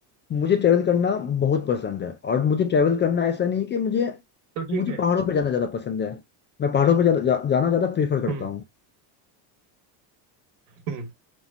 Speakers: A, on the left; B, on the right.
A: मुझे ट्रैवल करना बहुत पसंद है और मुझे ट्रैवल करना ऐसा नहीं कि मुझे
B: तो ठीक
A: मुझे
B: है
A: पहाड़ों पे जाना ज़्यादा पसंद है मैं पहाड़ों पे जा, जा, जाना ज़्यादा प्रेफर करता
B: हम्म
A: हूँ
B: हम्म